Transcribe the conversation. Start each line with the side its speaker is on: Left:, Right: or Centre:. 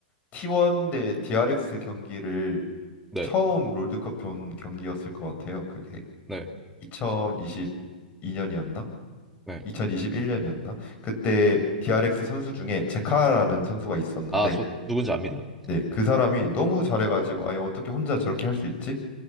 Left: T1 대 DRX 경기를
Centre: 네,
Left: 처음 롤드컵 본 경기였을 것 같아요. 그게
Centre: 네,
Left: 2022년이었나?
Centre: 네.
Left: 2021년이었나? 그때 DRX 선수 중에 제카라는 선수가 있었는데
Centre: 아, 저 누군지 압니다.
Left: 네, 그 사람이 너무 잘해가지고 아예 어떻게 혼자 저렇게 할 수 있지?